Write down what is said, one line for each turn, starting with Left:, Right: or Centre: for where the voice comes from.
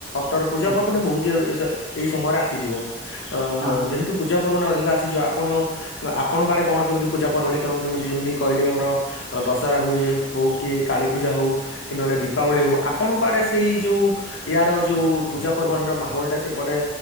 Left: ଅକ୍ଟୋବର ପୂଜା
Centre: ଅପ
Left: ପର୍ବାଣୀ
Centre: ହଁ।
Left: ବୋହୁତ ଆଉ ଏ ସ ଏଇ ସମୟରେ ଆସିଯିବ ଅ
Centre: ହଁ
Left: ଯେହେତୁ ପୂଜାପର୍ବାଣୀ ଅଧିକ ଆସିଯିବ ଆପଣ ଆପଣଙ୍କ ଆଡ଼େ କଣ କେମିତି ପୂଜାପର୍ବାଣି କଣ କେମିତି ଯେମତି କିହିଲି ଆମର ଅ ଦଶହରା ହୁଏ ହୋଉ କି କାଳୀ ପୂଜା ହୋଉ କି ନହନେ ଦୀପାବଳି ହୋଉ ଆପଣଙ୍କ ଆଡେ ସେଇ ଯୋଉ ଇଆର ଯୋଉ ପୂଜାପର୍ବାଣୀର ମାହୋଲଟା ସେପଟେ